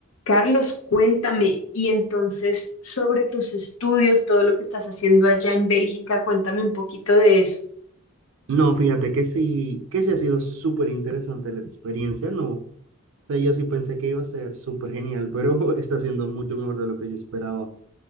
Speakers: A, on the left; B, on the right.
A: Carlos, cuéntame, y entonces sobre tus estudios, todo lo que estás haciendo allá en Bélgica, cuéntame un poquito de eso.
B: No, fíjate que sí, que sí ha sido súper interesante la experiencia, no. O sea, yo sí pensé que iba a ser súper genial, pero <laughs> está siendo mucho mejor de lo que yo esperaba.